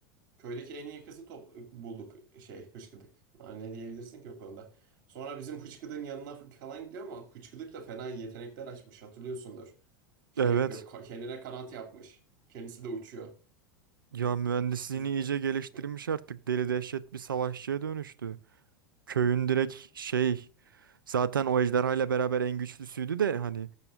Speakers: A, on the right; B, on the right.
A: Köydeki en iyi kızı top bulduk şey hıçkıdık. Ha, Ne diyebilirsin ki o konuda. Sonra bizim hıçkıdığın yanına falan gidiyor ama hıçkıdık da fena yetenekler açmış hatırlıyorsundur. Şey
B: Evet.
A: yapıyor ka- kendine kanat yapmış. Kendisi de uçuyor.
B: Ya mühendisliğini
A: Süzülüyor.
B: iyice
A: <laughs>
B: geliştirmiş artık. Deli dehşet bir savaşçıya dönüştü. Köyün direkt şey zaten o ejderhayla beraber en güçlüsüydü de hani